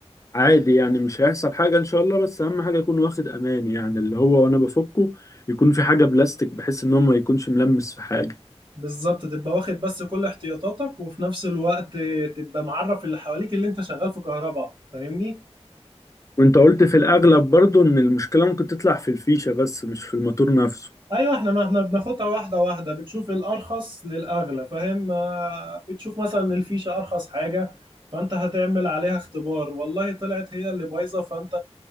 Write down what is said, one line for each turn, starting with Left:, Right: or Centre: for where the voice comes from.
Left: عادي يعني مش هيحصل حاجة ان شاء الله بس اهم حاجة يكون واخد امان يعني اللي هو وانا بفكه يكون في حاجة بلاستيك بحيث ان هو ما يكونش ملمس في حاجة
Right: بالظبط تبقى واخد بس كل احتياطاتك وفي نفس الوقت تبقى معرف اللي حواليك اللي انت شغال في كهرباء فاهمني
Left: وانت قلت في الاغلب برضو ان المشكلة ممكن تطلع في الفيشة بس مش في الماتور نفسه
Right: ايوه احنا ما احنا بناخدها واحده واحده بتشوف الارخص للاغلى فاهم آه، بتشوف مثلا إن الفيشه ارخص حاجه فانت هتعمل عليها اختبار والله طلعت هي اللي بايظه فانت